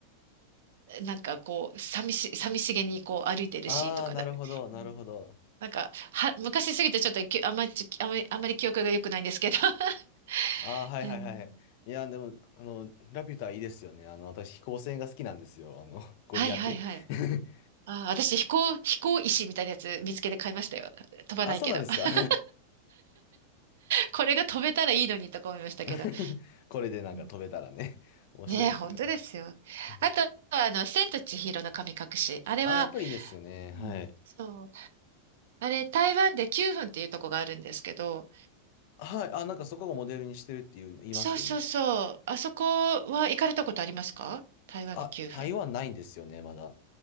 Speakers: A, on the right; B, on the left.
A: なんかこう、寂し、寂しげにこう歩いてるシーンとかな、
B: <laughs> あー、なるほど、なるほど。
A: うんなんか、は、昔すぎてちょっときあまり、あまり、あまり記憶が良くないんですけど。<laughs>
B: あー、はいはいはい。
A: うん
B: いや、でも、あの、ラピュタいいですよね。あの、私、飛行船が好きなんですよ。あの、ゴリアテ。
A: はいはいはい。
B: <laughs>
A: あー、私飛行、飛行石みたいなやつ見つけて買いましたよ。飛ばないけど。
B: あ、そうなんですか。
A: <laughs> これが飛べたらいいのにとか思いましたけど。
B: <laughs> これでなんか飛べたらね、
A: うん
B: 面白いんですけどね。
A: ねえ、本当ですよ。
B: うん
A: あと、あの、千と千尋の神隠し。あれは、
B: あ、やっぱりいいですよね。
A: うんそう。
B: はい。
A: あれ、台湾で9分っていうとこがあるんですけど、
B: はい。あ、なんかそこをモデルにしてるっていう言いますよね。
A: そうそうそう。あそこは行かれたことありますか台湾の9分。
B: あ、台湾ないんですよね、まだ。